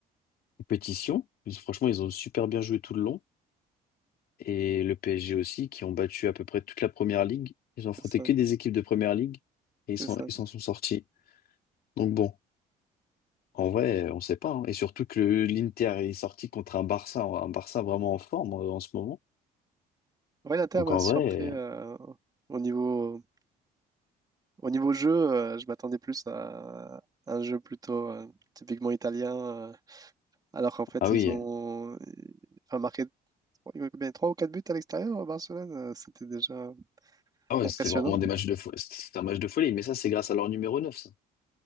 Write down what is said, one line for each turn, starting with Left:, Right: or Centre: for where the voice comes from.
Left: compétition. Ils- Franchement, ils ont super bien joué tout le long. Et le PSG aussi, qui ont battu à peu près toute la première ligue. Ils ont affronté
Right: c'est ça,
Left: que des équipes de première ligue et ils
Right: c'est
Left: s'en
Right: ça.
Left: ils s'en sont sortis. Donc bon, en vrai, on sait pas. hein. Et surtout que le- l'Inter est sorti contre un Barça, un Barça vraiment en forme euh, en ce moment.
Right: Ouais, l'Inter
Left: Donc
Right: m'a
Left: en
Right: surpris
Left: vrai,
Right: euh, au niveau, au niveau jeu, euh, je m'attendais plus à un jeu plutôt euh, typiquement italien. euh, alors qu'en fait,
Left: ah oui.
Right: ils ont, enfin, marqué Ouais, Ils ont combien? trois ou 4 buts à l'extérieur, euh, Barcelone? euh, C'était déjà
Left: Ah ouais,
Right: impressionnant.
Left: c'était vraiment des matchs de folie. C'était un match de folie, mais ça, c'est grâce à leur numéro 9, ça.